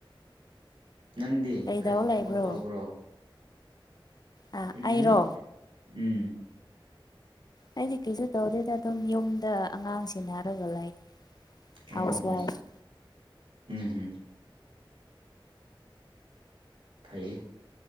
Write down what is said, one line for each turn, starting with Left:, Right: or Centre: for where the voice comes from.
Right: ꯅꯪꯗꯤ
Left: ꯀꯩꯗꯧ
Right: ꯀꯔꯤ
Left: ꯂꯩꯕ꯭ꯔꯣ
Right: ꯊꯕꯛ ꯇꯧꯕ꯭ꯔꯣ
Left: ꯑꯥ
Right: ꯎꯝ
Left: ꯑꯩꯔꯣ
Right: ꯎꯝ
Left: ꯑꯩꯅ ꯀꯩꯁꯨ ꯇꯧꯗꯦꯗ ꯑꯗꯨꯝ ꯌꯨꯝꯗ ꯑꯉꯥꯡꯁꯦꯟꯅꯔꯒ ꯂꯩ
Right: ꯑꯣ
Left: ꯍꯥꯎꯁ
Right: ꯑꯣ
Left: ꯋꯥꯏꯐ
Right: ꯎꯝ ꯍꯝ ꯐꯩꯌꯦ